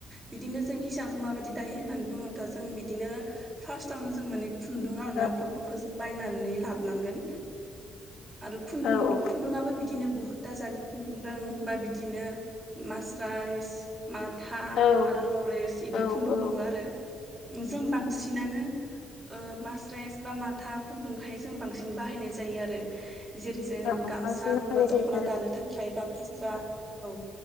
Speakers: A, on the right (about 20°); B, on the left (about 80°).
A: बिदिनो जों हिसांखौ माबायदि दायो होननानै बुङोब्ला जों बिदिनो फार्स्टावनो जों माने खुन्दुं आरो
B: औ
A: ना खुन्दुंखौ जों बायनानै लाबोनांगोन। आरो खुन्दुं
B: औ औ औ
A: खुन्दुङाबो बिदिनो बुहुत दाजानायखौ मोनदों बा बिदिनो मास्राइस माथा
B: औ
A: आरो लरेस बिदि
B: औ
A: खुन्दुं
B: औ
A: दङ
B: औ
A: आरो जों बांसिनानो मास्राइस बा माथा खुन्दुंखाय जों बांसिन बाहायनाय जायो आरो। जेरै जों
B: बांसिन
A: गामसा
B: बाहायनाय
A: नङाबा
B: जायोथारो
A: दख'ना दानो थाखाय बा फास्रा औ